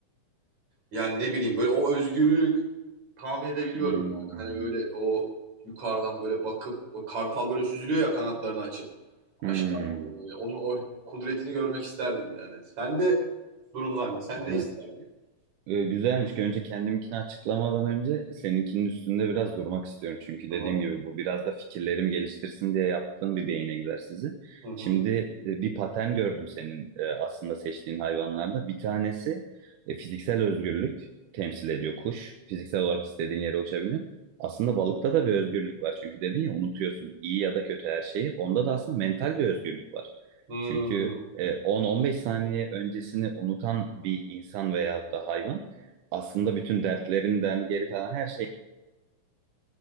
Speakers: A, on the right (about 60°); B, on the right (about 85°).
A: Yani ne bileyim böyle o özgürlük tahmin edebiliyorum
B: Hmm.
A: yani. Hani böyle o yukarıdan böyle bakıp o kartal böyle süzülüyor ya kanatlarını açıp
B: Hmm.
A: aşağı doğru böyle. Onun o kudretini görmek isterdim yani. Sen de durumlar ne? Sen
B: Güzel.
A: ne isterdin?
B: Ee, güzelmiş ki önce kendiminkini açıklamadan önce seninkinin üstünde biraz durmak istiyorum. Çünkü
A: Tamam.
B: dediğim gibi bu biraz da fikirlerimi geliştirsin diye yaptığım bir beyin egzersizi.
A: Hı hı.
B: Şimdi e, bir patern gördüm senin e, aslında seçtiğin hayvanlarda. Bir tanesi e, fiziksel özgürlük temsil ediyor kuş. Fiziksel olarak istediğin yere uçabiliyorsun. Aslında balıkta da bir özgürlük var. Çünkü dedin ya unutuyorsun iyi ya da kötü her şeyi. Onda da aslında mental bir özgürlük var.
A: Hı
B: Çünkü
A: hı.
B: e, 10-15 saniye öncesini unutan bir insan veyahut da hayvan aslında bütün dertlerinden geri kalan her şey